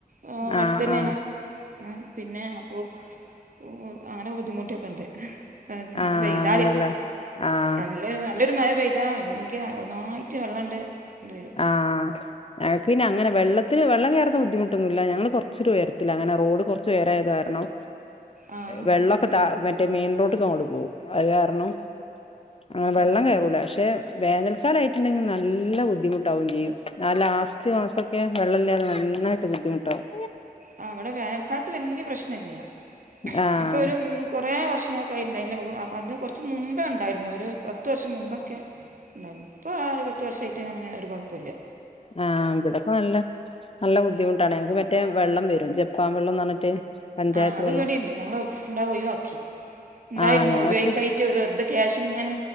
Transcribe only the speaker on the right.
ആ അടുത്ത
തന്നെആണ്
അങ്ങനെ പിന്നെ അപ്പോ ഉം ഉം അങ്ങനെ ബുദ്ധിമുട്ടൊക്കെ ഉണ്ട് മഴ
പെയ്താല്
നല്ലോരു നല്ലൊരു മഴ പെയ്താ ഭയങ്കര ഒന്നായിട്ട് വെള്ളണ്ട്. ണ്ട് വരും
ആഹ്
അപ്പൊ പിന്നെ
ആഹ്
ആ അവിടെ വേനൽക്കാലത്ത് വെല്യ പ്രശ്നില്ല
ഇപ്പൊ ഒരു കുറേ വർഷങ്ങൾക്കയിട്ടുണ്ടായില്ലലവ് അത് കുറച്ച് മുമ്പേ ഉണ്ടായിരുന്നു ഒരു പത്ത് വർഷം മുമ്പൊക്കെ ഇപ്പൊ ഒരു പത്ത് വർഷയിട്ട് അങ്ങനെ ഒരു കുഴപ്പില്ല
ആഹ് അത്
ഇവിടെണ്ട് ഞങ്ങള് ഉണ്ട ഒഴിവാക്കി ഉണ്ടായിരുന്നു
ഉപയോഗിക്കായി. വെർതെ വെർതെ ക്യാഷ് ഇങ്ങനെ